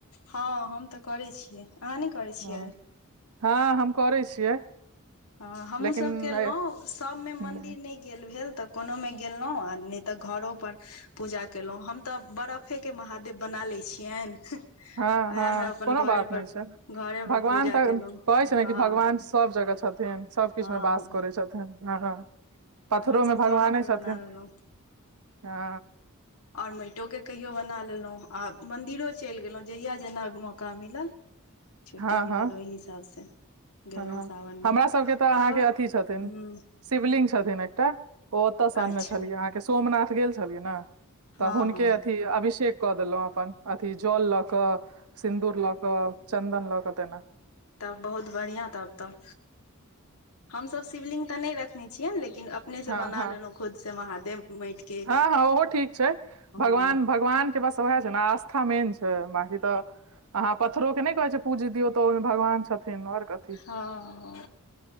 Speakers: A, on the left; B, on the right.
A: हँ हम तऽ करैत छियै अहाँ नहि करैत
B: हँ
A: छियै
B: हँ हम करै छियै
A: हँ हमहहुँ
B: लेकिन
A: सब केलहुँ
B: ए
A: सबमे मंदिर
B: हूँ
A: नहि गेल भेल तऽ कोनो मे गेलहुँं आ नहि तऽ घरो पर पूजा कयेलहुँ हम तऽ बरफेके महादेव बना लैत छियनि
B: हँ
A: ओएह
B: हँ
A: मे अपन
B: कोनो
A: घरे
B: बात नहि
A: पर
B: छै
A: घरे
B: भगवान
A: पर पूजा
B: तऽ
A: केलहुँ
B: कहै छै ने
A: हँ
B: कि भगवान सब जगह छथिन सब किछु
A: हँ
B: मे वास
A: हँ
B: करै छथिन हँ हँ पत्थरों
A: तऽ हमसभ
B: में भगवाने
A: घरो पर
B: छथिन
A: बना लेलहुँ
B: हँ
A: आओर माइटो के कहियो बना लेलहुँ आ मन्दिरो चलि गेलहुँ जहिया जेना मौका मिलल
B: <inaudible>
A: छुट्टी मिलल
B: हँ
A: ओहि हिसाब से गेलहुँ
B: हँ
A: सावन मे
B: हमरा सभके तऽ अहाँके
A: सावन
B: अथथि छथिन
A: ह
B: शिवलिंग छथिन एकटा ओ ओतऽ सनने
A: अच्छा
B: छलियै अहाँके सोमनाथ गेल छलियै ने
A: हँ
B: तऽ हुनके
A: हँ
B: अथी अभिषेक कऽ देलहुं अपन अथी जल लऽ कऽ सिन्दूर लऽ के चन्दन लऽ कऽ तेना
A: तब बहुत बढ़िआँ तब तऽ हमसभ शिवलिंग तऽ नहि रखने छियै लेकिन अपनेसँ
B: हँ
A: बना
B: हँ
A: लेलहुँ खुद से महादेव माटि
B: हँ हँ ओहो ठीक छै भगवान
A: हम
B: भ भगवान के बस उएह छै ने आस्था मेन छै बाकी तऽ अहाँ पत्थरो के नहि कहे छै पूज दियौ तो ओहिमे भगवान छथिन और कऽ
A: हँ